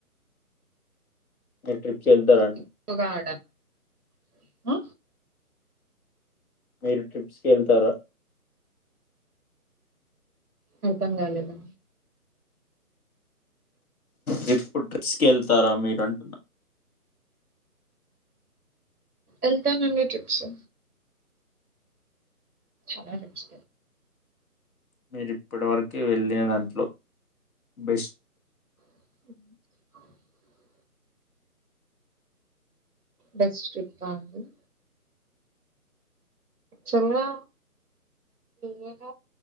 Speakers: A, on the left; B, on the right.
A: మీరు ట్రిప్స్ వెళ్తారండి
B: ఎక్కువగా ఆడాను ఆ
A: మీరు ట్రిప్స్కి వెళ్తారా
B: అర్థంగాాలదా
A: ర్రిక్స్ ్రిక్స్కి వెళ్తారా మీరు అంటున్న
B: అల్తానంగా చూప్సు ాల రస్
A: మీరిప్పటి వరక వెళ్ళిన దాంట్లో బెస్ట్
B: అ బస్్రిప్ప ఉంది <unintelligible> చంగా యర్